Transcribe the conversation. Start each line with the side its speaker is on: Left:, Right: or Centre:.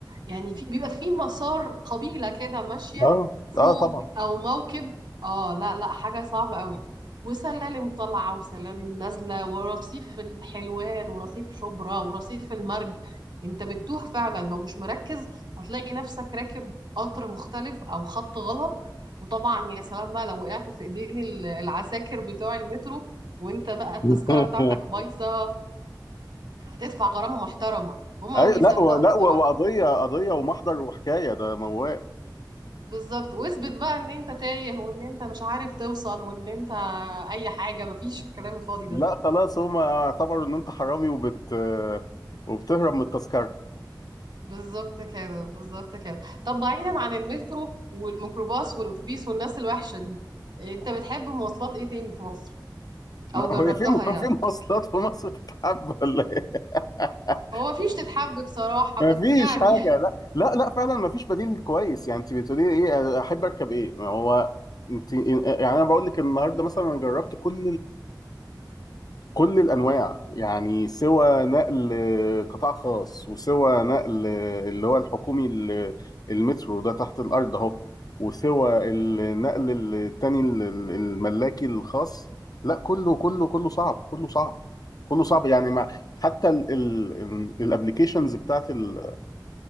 Right: يعني في... بيبقى في مسار قبيلة كده ماشية
Left: اه
Right: فوق
Left: اه طبعا
Right: او موكب اه لا لا حاجة صعبة قوي وسلالم طالعة وسلالم نازلة ورصيف الحلوان ورصيف شبرا ورصيف المرج انت بتتوه فعلا لو مش مركز هتلاقي نفسك راكب قطر مختلف او خط غلط وطبعا يا سلام بقى لو وقعت في ايدين ال- العساكر بتوع المترو وانت بقى التذكرة
Left: <laughs>
Right: بتاعتك بايظة هتدفع غرامة محترمة هما
Left: أي
Right: ما بيصدقوا
Left: لا و- لا
Right: بصراحة
Left: و- وقضيه قضيه ومحضر وحكايه ده موال
Right: بالظبط واثبت بقى ان انت تايه وان انت مش عارف توصل وان انت اي حاجة مفيش الكلام الفاضي ده
Left: لا خلاص هم اعتبروا ان انت حرامي وبت وبتهرب من التذكره
Right: بالظبط كده بالظبط كده طب بعيدا عن المترو والميكروباص والاتوبيس والناس الوحشة دي انت بتحب مواصلات ايه تاني في مصر
Left: ما-
Right: او جربتها
Left: هو في كان
Right: يعني
Left: في مواصلات في مصر تتحب ولا ايه؟ <laughs>
Right: هو مفيش تتحب بصراحة
Left: مفيش
Right: بس يعني
Left: حاجه لا لا لا فعلا مفيش بديل كويس يعني انت بتقولي لي ايه احب اركب ايه؟ ما هو انت يعني انا بقول لك النهارده مثلا انا جربت كل كل الانواع يعني سوى نقل قطاع خاص وسوى نقل اللي هو الحكومي ال- المترو ده تحت الارض اهو وسوى النقل التاني ال- ال- الملاكي الخاص لا كله كله كله صعب كله صعب كله صعب يعني ما حتى الابلكيشنز بتاعت ال-